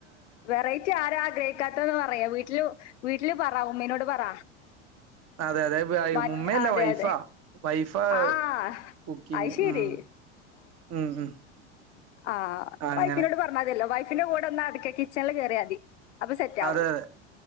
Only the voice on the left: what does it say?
വെറൈറ്റി ആരാ ആഗ്രഹിക്കാത്തന്ന് പറയാ വീട്ടില് വീട്ടില് പറ ഉമ്മീനോട് പറ
മ
അതെ
അതെ
ആഹ്
അത് ശരി
ആ
വൈഫിനോട് പറഞ്ഞാതി ല്ലോ വൈഫിന്റെ കൂടെ ഒന്ന് അടുക്കെ കിച്ചൺല് കേറിയാതി അപ്പൊ സെറ്റ് ആവും